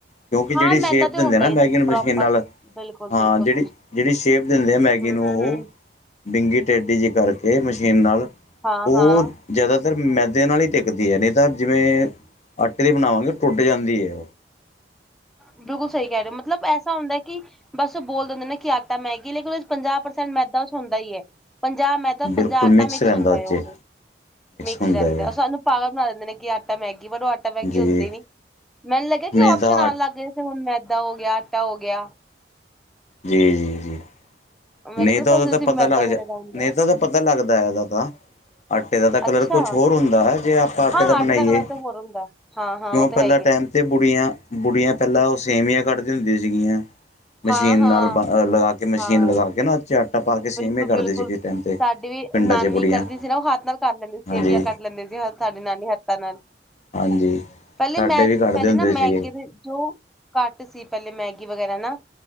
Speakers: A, on the left; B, in the centre.
A: ਕਿਉਂਕਿ,
B: ਹਾਂ
A: ਜਿਹੜੀ
B: ਮੈਦਾ
A: ਸ਼ੇਪ
B: ਤੇ
A: ਦਿੰਦੇ
B: ਹੁੰਦਾ
A: ਆ ਨਾ
B: ਹੀ
A: ਮੈਗੀਨ
B: ਹੈ ਦੇਖੋ
A: ਮਸ਼ੀਨ
B: ਪ੍ਰੋਪਰ
A: ਨਾਲ
B: ਬਿਲਕੁਲ ਬਿਲਕੁਲ
A: ਹਾਂ, ਜਿਹੜੀ- ਜਿਹੜੀ ਸ਼ੇਪ ਦਿੰਦੇ ਆ ਮੈਗੀ
B: ਹੂੰ
A: ਨੂੰ
B: ਹੂੰ
A: ਉਹ,
B: ਹੂੰ
A: ਡਿੰਗੀ ਟੇਡੀ ਜਿਹੀ ਕਰਕੇ ਮਸ਼ੀਨ ਨਾਲ
B: ਹਾਂ-
A: ਉਹ
B: ਹਾਂ!
A: ਜ਼ਿਆਦਾਤਰ ਮੈਦੇ ਨਾਲ ਹੀ ਟਿੱਕਦੀ ਹੈ। ਨਹੀਂ ਤਾਂ ਜਿਵੇਂ ਆਟੇ ਦੀ ਬਣਾਵਾਂਗੇ ਟੁੱਟ ਜਾਂਦੀ ਏ।
B: ਬਿਲਕੁਲ ਸਹੀ ਕਹਿ ਰਹੇ, ਮਤਲਬ ਐਸਾ ਹੁੰਦਾ ਕਿ ਬਸ ਬੋਲ ਦਿੰਦੇ ਨੇ ਕਿ ਆ ਤਾਂ ਮੈਗੀ ਲੇਕਿਨ, ਉਹ ਚ ਪੰਜਾਹ ਪ੍ਰਸੈਂਟ ਮੈਦਾ ਚ ਹੁੰਦਾ ਹੀ ਏ। ਪੰਜਾਹ ਮੈਦਾ, ਪੰਜਾਹ
A: ਬਿਲਕੁਲ
B: ਆਟਾ, ਮਿਕਸ
A: ਰਹਿੰਦਾ
B: ਹੁੰਦਾ
A: 'ਚ
B: ਉਹ, ਮਿਕਸ
A: ਹੁੰਦਾ
B: ਰਹਿੰਦੇ
A: ਹੈ
B: ਆ ਸਾਨੂੰ ਪਾਗਲ ਬਣਾ ਦਿੰਦੇ ਨੇ, ਕਿ ਆਟਾ ਮੈਗੀ ਪਰ ਉਹ ਆਟਾ ਮੈਗੀ
A: ਜੀ
B: ਹੁੰਦੀ ਨੀ, ਮੈਨੂੰ ਲੱਗਿਆ ਕਿ
A: ਨਹੀਂ ਤਾਂ
B: ਆਣ
A: ਆਟ
B: ਲੱਗ ਗਏ ਸੀ, ਹੁਣ ਮੈਦਾ ਹੋ ਗਿਆ, ਆਟਾ ਹੋ ਗਿਆ।
A: ਜੀ -ਜੀ- ਜੀ!
B: ਮੇਰੇ
A: ਨਹੀਂ
B: ਕੋਲ
A: ਤਾਂ
B: ਵੈਸੇ
A: ਉਹਦਾ ਤਾਂ
B: ਸਿਰਫ
A: ਪਤਾ
B: ਮੈਦਾ
A: ਲੱਗ
B: ਮੇਰੇ
A: ਜਾ,
B: ਦਾ ਹੁੰਦਾ
A: ਨਹੀਂ ਤਾਂ ਉਹ ਤਾਂ ਪਤਾ ਲੱਗਦਾ ਉਹਦਾ ਤਾਂ। ਆਟੇ ਦਾ ਤਾਂ ਕਲਰ
B: ਅੱਛਾ
A: ਕੁਛ ਹੋਰ ਹੁੰਦਾ ਹੈ, ਜੇ ਆਪਾਂ ਆਟੇ
B: ਹਾਂ
A: ਦਾ ਬਣਾਈਏ,
B: ਕਲਰ ਤੇ ਹੋਰ ਹੁੰਦਾ। ਹਾਂ-ਹਾਂ
A: ਕਿਉਂ
B: ਉਹ ਤਾਂ
A: ਪਹਿਲਾਂ
B: ਹੈ ਈ
A: ਟਾਈਮ
B: ਐ
A: ਅਤੇ ਬੁੜੀਆਂ -ਬੁੜੀਆਂ ਪਹਿਲਾਂ ਉਹ ਸੇਵੀਆਂ ਕੱਢਦੀ ਹੁੰਦੀ ਸੀਗੀਆਂ।
B: ਹਾਂ-ਹਾਂ,
A: ਮਸ਼ੀਨ ਨਾਲ ਬ ਲਗਾ ਕੇ ਮਸ਼ੀਨ
B: ਹਾਂ।
A: ਲਗਾ ਕੇ ਨਾ 'ਚ ਆਟਾ ਪਾ ਕੇ ਸੇਮੇ
B: ਬਿਲਕੁਲ-
A: ਕਰਦੇ
B: ਬਿਲਕੁਲ
A: ਸੀਗੇ ਟਾਈਮ 'ਤੇ
B: ਸਾਡੀ ਵੀ
A: ਪਿੰਡਾਂ
B: ਨਾਨੀ
A: 'ਚ ਬੁੜੀਆਂ
B: ਕਰਦੀ ਸੀ ਨਾ ਉਹ ਹੱਥ ਨਾਲ ਕਰ ਲੈਂਦੀ ਸੀ। ਸੇਵੀਆਂ
A: ਹਾਂਜੀ
B: ਕੱਟ ਲੈਂਦੇ ਸੀ, ਸਾਡੀ ਨਾਨੀ ਹੀ ਹੱਥਾਂ ਨਾਲ।
A: ਹਾਂਜੀ
B: ਪਹਿਲੇ
A: ਸਾਡੇ
B: ਮੈਂ
A: ਵੀ ਕੱਢਦੇ
B: ਪਹਿਲੇ
A: ਹੁੰਦੇ
B: ਨਾ ਮੈਗੇ
A: ਸੀਗੇ
B: ਜੋ ਘੱਟ ਸੀ ਪਹਿਲੇ ਮੈਗੀ ਵਗੈਰਾ ਨਾ,